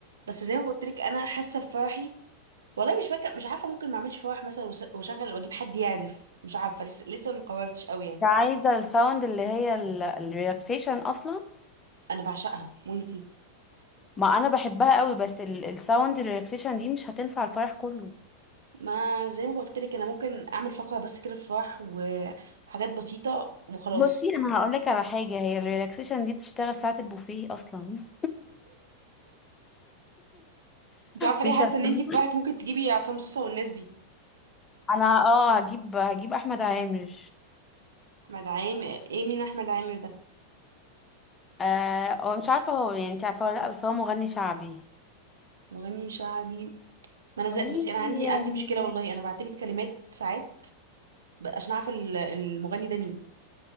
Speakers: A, on the right; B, on the left.
A: بس زي ما قلت لك انا حاسه بفرحي والله مش فاكره مش عارفه ممكن ما اعملش فرح مثلا وأش- واشغل واجيب حد يعزف مش عارفه لسه لسه ما قررتش قوي يعني
B: عايزة الساوند اللي هي ال- الريلاكسيشن أصلا
A: انا بعشقها وانتي
B: ما أنا بحبها قوي بس ال- الساوند الريلاكسيشن دي مش هتنفع الفرح كله
A: ما زي ما قلت لك انا ممكن اعمل فقره بس كده بفرح وحاجات بسيطه وخلاص
B: بصي أنا هقولك على حاجة هي الريلاكسيشن دي بتشتغل ساعة البوفيه أصلا <laughs>
A: مش عارفه
B: بيشغلوه
A: ليه حاسه ان انتي بفرحك ممكن تجيبي عصام صوصه والناس دي
B: أنا اه هجيب هجيب أحمد عامر
A: احمد عامر ايه مين احمد عامر ده
B: آه هو مش عارفة هو يعني انت عارفة ولا لأ بس هو مغني شعبي
A: مغني شعبي ما انا زي...
B: قوليلي
A: بس انا عندي
B: يعني
A: عندي مشكله والله انا بعتمد كلمات ساعات عشان اعرف ال- المغني ده مين